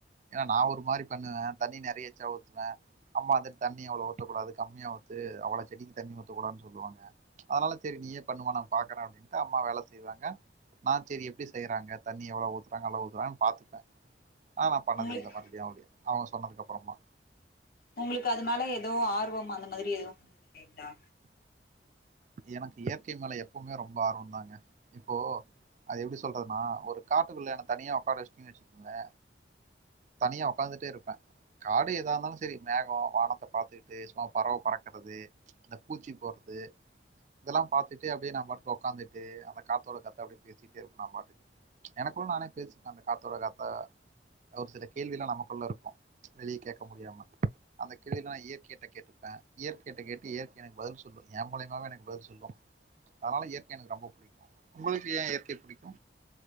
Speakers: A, on the right; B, on the left.
A: ஏனா நா ஒரு மாறி பண்ணுவே தண்ணி நெறைய எச்சா ஊத்துவே அம்மா வந்து தண்ணிய அவ்ளோ ஊத்தக்கூடாது கம்மியா ஊத்து அவ்வளோ செடிக் தண்ணி ஊத்தக்கூடாதுனு சொல்லுவாங்க அதனால சேரி நீயே பண்ணுமா நா பாக்குறே அப்டின்ட்டு அம்மா வேல செய்வாங்க நா சேரி எப்டி செய்றாங்க தண்ணி எவ்ளோ ஊத்துறாங்க அளவு ஊத்துறாங்கனு பாத்துப்பே ஆ நா பண்ணது
B: உங்களுக்கு
A: இல்ல மறுவடியு யாவது அவுங்க சொன்னதுக்கு அப்பறமா
B: உங்களுக்கு அது மேல ஏதோ ஆர்வம் அந்த மாதிரி எதுவு வந்தது இல்லீங்கிளா
A: எனக்கு இயற்கை மேல எப்போமே ரொம்ப ஆர்வம் தாங்க இப்போ அது எப்டி சொல்றதுனா ஒரு காட்டுக்குள்ள என்ன தனியா ஒக்காார வச்சிட்டீங்னு வச்சுக்கங்களே தனியா உக்காந்துட்டே இருப்பே காடு எதா இந்தாலு சேரி மேகம் வானத்த பாத்துக்கிட்டு சும்மா பறவ பறக்கறது அந்த பூச்சி போறது இதெல்லா பாத்துட்டே அப்டியே நா பாட்டுல ஒக்காந்துட்டு அந்த காத்தோட காத்தா அப்டே பேசிட்டே இருப்பே நா பாட்டுக்கு எனக்குள்ள நானே பேசிப்பே அந்த காத்தோட காத்தா ஒரு சில கேள்வில்லா நமக்குள்ள இருக்கு வெளிய கேக்க
B: ம்
A: முடியாம அந்த கேள்வி நா இயற்கைட கேட்டுப்ப இயற்கைட கேட்டு இயற்கை எனக்கு பதில் சொல்லூ ஏ மூலியமாவே எனக்கு பதில் சொல்லு அதனால இயற்கை எனக்கு ரொம்ப புடிக்கு உங்களுக்கு ஏ இயற்கைய புடிக்கு